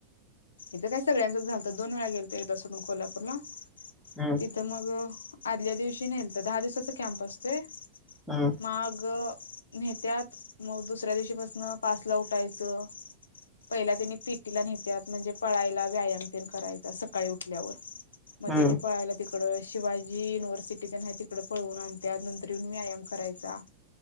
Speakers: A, on the left; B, in the centre.
A: हीथ काय? सगळ्यांचच झालतं दोन वेळा गेलते एकदा सोडून कोल्हापूरला.
B: हम्म
A: तिथं मग आदल्या दिवशी नलत दहा दिवसाचा कॅम्प असतो. ते.
B: हम्म
A: माग नेत्यात मग दुसऱ्या दिवशी पसन पाचला उठायचं पहिला त्यांनी पिटीला नेत्यात म्हणजे पळायला, व्यायाम तेन करायला सकाळी उठल्यावर. मग
B: हम्म
A: त्यानी पळाय <unintelligible> तीकड शिवाजी युनिव्हर्सिटी तेन हाय तिकड पळवून आण त्यानंतर येऊन व्यायाम करायचा.